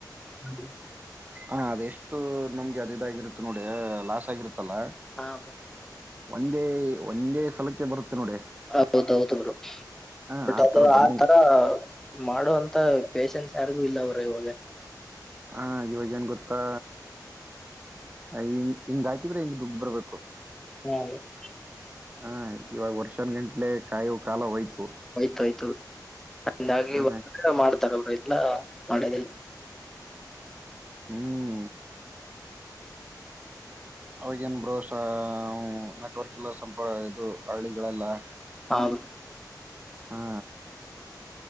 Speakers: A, in the centre; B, on the right (about 20°).
A: <inaudible>
B: ಹಾ ಅದೆಷ್ಟು ನಮ್ಗೆ ಅದ ಇದಾಗಿರುತ್ತ ನೋಡಿ ಲಾಸ್ ಆಗಿರುತ್ತಲ್ಲ
A: ಹಾ <inaudible>
B: ಒಂದೇ ಒಂದೇ ಸಲಕ್ಕೆ ಬರುತ್ತೆ ನೋಡಿ
A: ಹೌದೌದು ಬ್ರೋ
B: ಹ
A: ಬಟ್
B: ಆತರ
A: ಅದು
B: ಬಂದ
A: ಆ ತರ ಮಾಡುವ ಅಂತ ಪೇೇಶನ್ಸ್ ಯಾರಿಗು ಇಲ್ಲ ಬ್ರೋ ಇವಾಗ
B: ಹ ಇವಾಗ ಏನ್ ಗೊತ್ತಾ ಹ ಹಿಂಗ್ ಹಿಂಗೆ ಹಾಕಿದ್ರೆ ದುಡ್ಡು ಬರ್ಬೇಕು
A: <unintelligible>
B: ಹ ಇವಾಗ ವರ್ಷನ್ ಗಂಟ್ಲೆ ಕಾಯುವ ಕಾಲ ಹೋಯ್ತು
A: ಹೋಯಿತು ಹೋಯಿತು ಬ್ರೋ ಹಂಗಾಗಿ
B: ಹ
A: ಇವತ್ತು ವಿಡಿಯೋ ಮಾಡ್ತಾರೆ ಬ್ರೋ ಇಲ್ಲ ಮಾಡೋದಿಲ್ಲ
B: ಹ್ಮ್ ಅವಾಗೇನ್ ಬ್ರೋ ಸಾ ನೆಟ್ವರ್ಕ್ ಇಲ್ಲ ಸಂಪ ಇದು ಹಳ್ಳಿಗಳೆಲ್ಲ
A: ಹಾ ಬ್ರೋ
B: ಹಾ